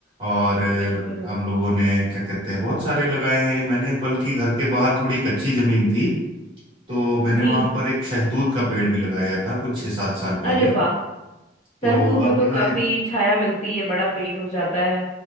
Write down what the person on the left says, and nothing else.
बिल्कुल
जी
अरे वाह
सहतूत में
तो
काफी छाया मिलती है बड़ा पेड़ हो जाता है